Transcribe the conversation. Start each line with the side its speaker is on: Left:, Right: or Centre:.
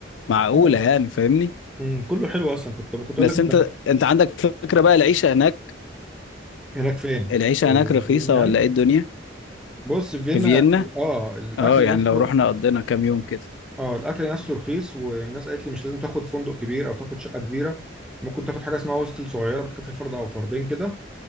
Left: معقولة
Centre: اه
Left: يعني فاهمني
Centre: أمم، كله حلو اصلا كنت كنت
Left: بس
Centre: اقول لك انت
Left: انت انت عندك فكرة بقى العيشة هناك
Centre: هناك فين
Left: العيشة
Centre: في
Left: هناك رخيصة
Centre: فيينا يعني
Left: ولا ايه الدنيا
Centre: بص في فيينا
Left: في فيينا
Centre: اه الاكل
Left: اه يعني
Centre: نفسه
Left: لو رحنا قضينا كام يوم كده
Centre: اه الاكل نفسه رخيص والناس قالت لي مش لازم تاخد فندق كبير او تاخد شقه كبيره ممكن تاخد حاجه اسمها هوستل صغيره بتكفي فرد او فردين كده